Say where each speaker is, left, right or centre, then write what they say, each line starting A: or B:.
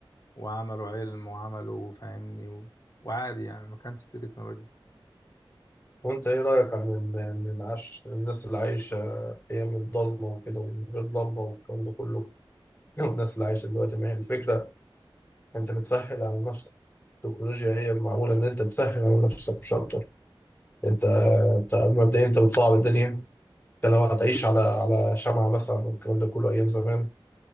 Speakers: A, on the left; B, on the left.
A: وعملوا علم وعملوا فاهمني و... وعادي يعني ما كانش فيه تكنولوجيا
B: وأنت إيه رأيك عن ال- عن العش الناس اللي عايشة أيام الضلمة وكده ومن غير لمبة والكلام ده كله <laughs> والناس اللي عايشة دلوقتي ما هي الفكرة أنت بتسهل على نفسك التكنولوجيا هي معمولة إن أنت تسهل على نفسك مش أكتر انت انت مبدئيا انت بتصعب الدنيا انت لو هتعيش على على شمعة مثلا والكلام ده كله ايام زمان